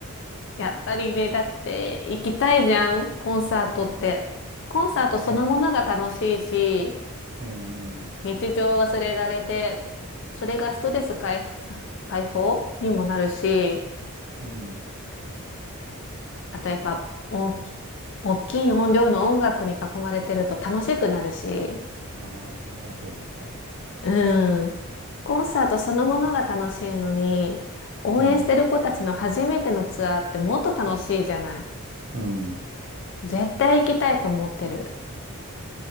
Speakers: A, on the left (about 55°); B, on the right (about 50°).
A: やっぱりね、だって行きたいじゃん、コンサートって。
B: <laughs> うん。
A: コンサートそのものが楽しいし、
B: ね。うん、うん。
A: 日常を忘れられて、それがストレス解放さ、解放にもなるし、
B: うん。
A: あとやっぱ大き、大きい音量の音楽に囲まれてると楽しくなるし、
B: ああ、それはそうだね。
A: うん。コンサートそのものが楽しいのに、応援してる子たちの初めてのツアーってもっと楽しいじゃない。
B: うん。うん。
A: 絶対行きたいと思ってる。